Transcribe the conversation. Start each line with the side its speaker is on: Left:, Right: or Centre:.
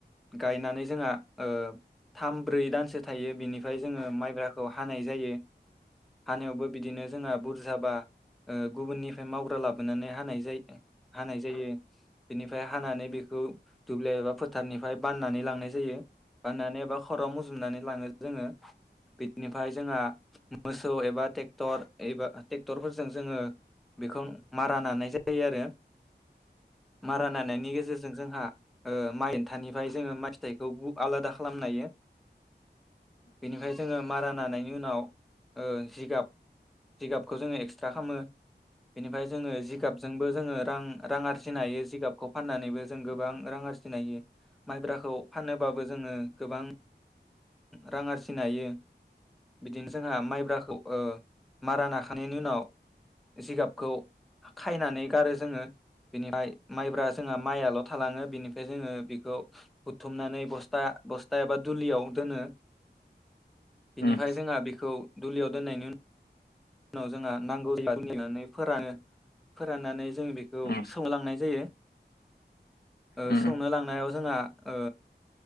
Centre: गायनानै जोंहा ओ थाम ब्रै दानसो थायो बिनिफ्राय जोङो माइब्राखौ हानाय जायो। हानायावबो बिदिनो जोंहा बुरजाबा ओ गुबुननिफ्राय मावग्रा लाबोनानै हानाय जायो हानाय जायो बेनिफ्राय हानानै बेखौ दुब्लि एबा फोथारनिफ्राय बाननानै लांनाय जायो। बाननानै एबा खराव मुजुमनानै लाङो जोङो बिदिनिफ्राय जोंहा मोसौ एबा टेक्ट क्टर एबा ट्रेक्टरफोरजों जोङो बेखौ मारा नानाय जायो आरो। मारा नानायनि गेजेरजों जों जोंहा ओ माइन खथानिफ्राय जोङो म फिथाइखौ बु आलादा खालामनायो। बेनिफ्राय जोङो मारान नानायनि उनाव ओ जिगाब जिगाबखौ जोङो एक्सट्रा खालामो। बिनिफ्राय जोङो जिगाबजोंबो जोङो रां रां आरजिनो हायो जिगाबखौ फाननानैबो जों गोबां रां आरजिनो हायो। माइब्राखौ फानोबाबो जोङो गोबां रां आरजिनाय हायो। बिदिनो जोंहा माइब्राखौ ओ मारा नाखांनायनायनि उनाव जिगाबखौ खायनानै गारो जोङो बेनिफ्राय माइब्रा जोंहा माइआल' थालाङो। बिनिफ्राय जोङो बेखौ बुथुमनानै बस्था बस्था एबा दुलियाव दनो बिनिफ्राय
Left: उम
Centre: जोंहा बेखौ दुलियाव दोननायनि उन उनाव जोंहा नांगौ जनानै फोरानो फोराननानै जों बेखौ
Left: उम
Centre: सोमलांनाय जायो। ओ
Left: उम
Centre: सौनो लांनायाव जों ओ